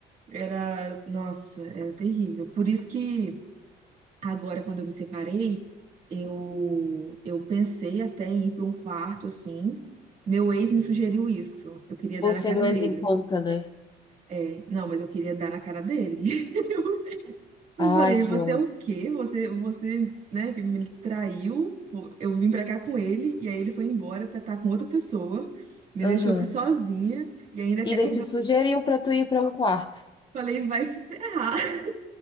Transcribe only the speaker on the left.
você
mais
em conta, né?
Ai,
que
ódio.
Aham.
Ainda
te
sugeriu para tu ir para um quarto.